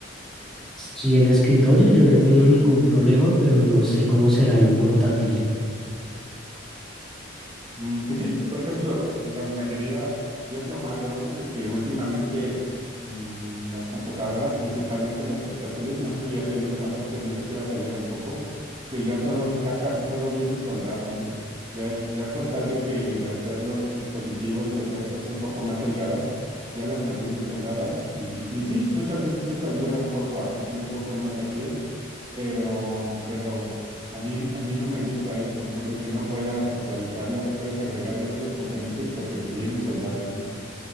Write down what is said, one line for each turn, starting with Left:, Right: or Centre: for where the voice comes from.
Centre: Sí, en escritorio yo no he tenido ningún problema, pero no sé cómo será en portátil.
Right: Mm, Pues sí, por ejemplo, la mayoría, y es lo malo, ¿no? De que últimamente mm, las computadoras, principalmente los portátiles, no sé si has tenido, has tenido que batallar un poco, que ya todo, ya casi todo viene soldado, ¿no? Ya es, ya con tal de que de hacer los dispositivos, las laptops un poco más delgadas, ya las mantienen soldadas, y, y sí, muchas veces eso ayuda un poco a que sean un poco más rápidas, pero, pero a mí, a mí no me gusta eso, ¿no? De que no puedas actualizarlas, no puedes agregarle otros componentes porque pues vienen soldados, ¿no?